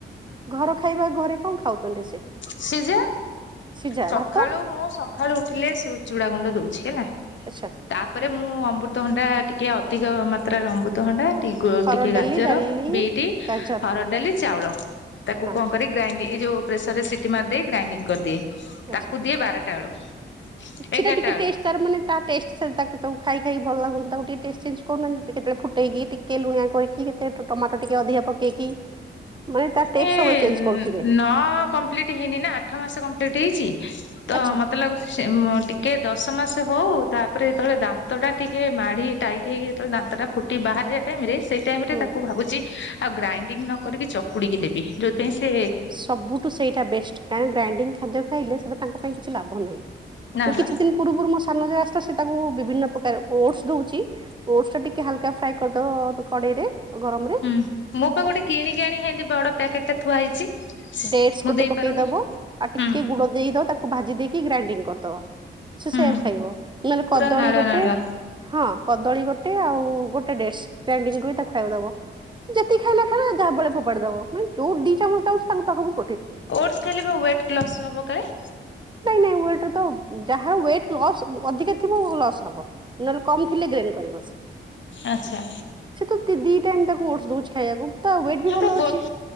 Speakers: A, on the right; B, on the left.
A: ଘର ଖାଇବା ଘରେ କଣ ଖାଉଛନ୍ତି ସେ?
B: ସିଜା।
A: ସିଝା
B: ସକାଳୁ
A: ଭାତ
B: ମୁଁ ସକାଳୁ ଉଠିଲେ ଚୁଡା ଗୁଣ୍ଡ ଦଉଛି ହେଲା।
A: ଆଚ୍ଛା
B: ତାପରେ ମୁଁ ଅମୃତଭଣ୍ଡା ଟିକେ ଅଧିକ ମାତ୍ରାରେ ଅମୃତଭଣ୍ଡା ଟି
A: ହରଡ଼
B: ଟିକେ
A: ଡାଲି
B: ଗାଜର
A: ଡାଲି
B: ବିଟ
A: ଗାଜର
B: ହରଡ଼ ଡାଲି ଚାଉଳ ତାକୁ
A: ହଁ
B: କଣ କରେ ଗ୍ରାଇଣ୍ଡ ଇ ଯଉ ପ୍ରେସରରେ ସିଟି ମାରିଦିଏ ଗ୍ରାଇଣ୍ଡିଙ୍ଗ କରିଦିଏ।
A: ଆଚ୍ଛା।
B: ତାକୁ ଦିଏ ବାରଟା ବେଳୁ
A: ସେଟା
B: ଏଗାରଟା
A: ଟିକେ
B: ବେଳୁ।
A: ଟେଷ୍ଟ ତାର ମାନେ ତା ଟେଷ୍ଟ ତାକୁ ତାକୁ ଖାଇ ଖାଇକ ଭଲ ଲାଗୁନି ତାକୁ ଟିକେ ଟେଷ୍ଟ ଚେଞ୍ଜ କହୁନାନ୍ତି କେତେବେଳେ ଫୁଟେଇକି ଟିକେ ଲୁଣିଆ କରିକି କେତେ ଟମାଟର ଟିକେ ଅଧିକ ପକେଇକି। ମାନେ ତା ଟେଷ୍ଟ
B: ଏ
A: ସବୁବେଳେ ଚେଞ୍ଜ
B: ନଅ
A: କରୁଥିବେ
B: କମ୍ପ୍ଲିଟ ହେଇନି ନା ଆଠ ମାସ କମ୍ପ୍ଲିଟ ହେଇଛି ତ
A: ଆଚ୍ଛା
B: ମତେ ମତେ ଲାଗୁଚି ଟିକେ ଦଶ ମାସ ହଉ ତାପରେ ଯେତେବେଳେ ଦାନ୍ତ ଟା ଟିକେ ମାଡ଼ି ଟାଇଟ ହେଇକି ଯେତେଳେ ଦାନ୍ତ ଟା ଫୁଟି ବାହାରାରିବା ଟାଇମରେ ସେ ଟାଇମରେ
A: ହୁଁ।
B: ତାକୁ ଭାବୁଛି ଆଉ ଗ୍ରାଇଡିଙ୍ଗ ନ କରିକି ଚକୁଡିକି ଦେବି। ଯୋଉଥିପାଇଁ ସେ
A: ସବୁଠୁ ସେଇଟା ବେଷ୍ଟ କାଁଇ ଗ୍ରାଇଡିଙ୍ଗ ଖାଦ୍ୟ ଖାଇଲେ ସେଟା ତାଙ୍କ ପାଇଁ କିଛି ଲାଭ ନାହିଁ
B: ନା
A: ଏ କିଛି
B: ବା
A: ଦିନ ପୂର୍ବରୁ ମୋ ସାନ ଝିଅ ଆସିଥିଲା ସେ ତାକୁ ବିଭିନ୍ନ ପ୍ରକାର ଓଟସ ଦଉଛି। ଓଟସ ଟା ଟିକେ ହାଲକା ଫ୍ରାଏ କରିଦବ କଡେଇରେ ଗରମରେ
B: ହୁଁ ମୁ ପା ଗୋଟେ କିଣିକ ଆଣି ସେମିତି ବଡ ପ୍ୟାକେଟ ଟା ଥୁଆ ହେଇଛି।
A: ଡେଟସ୍
B: ମୁଁ
A: ଗୋଟେ
B: ଦେଇପାରୁନି
A: ପକେଇ ଦବ ଆଉ ଟିକେ
B: ହୁଁ
A: ଗୁଡ ଦେଇକି ତାକୁ ଭାଜି ଦେଇକି ଗ୍ରାଇଡିଙ୍ଗ କରିଦବ। ସେ
B: ହୁଁ
A: ସେଆକୁ ଖାଇବ ନହେଲେ କଦଳୀ
B: ପୁରା ନାଳୁଆ
A: ଗୋଟେ
B: ନାଳୁଆ
A: ହଁ କଦଳୀ ଗୋଟେ ଗୋଟ ଆଉ ଗୋଟେ ଡେଟସ୍ ଗ୍ରାଇଣ୍ଡିଙ୍ଗ କରି ତାକୁ ଖାଇବାକୁ ଦବ ସେ ଯେତିକ ଖାଇଲା ଖାଇଲା ଯାହା ବାଳେ ଫୋପାଡି ଦବ ମାନେ ଯୋଉ ଦି ଚାମଚ ଖାଉ ତାଙ୍କୁ
B: ଓଡସ ଖାଇଲେ ପା ୱେଟ ଲସ୍ ହବ କାଳେ।
A: ନାଇଁ ନାଇଁ ୱେଟ ର ତ ଯାହାର ୱଟ ଲସ୍ ଅଧିକା ଥିବ ଲସ୍ ହବ। ନହେଲେ କମ ଥିଲେ ଗ୍ରେନ କରିବ ସେ।
B: ଆଚ୍ଛା
A: ସେ ତ ଦି ଟାଇମ ତାକୁ ଓଟସ ଦଉଛି ଖାଇବାକୁ ତା ୱେଟ୍ ବି
B: ମୁଁ
A: ଭଲ
B: ତ ଗୋ
A: ଅଛି।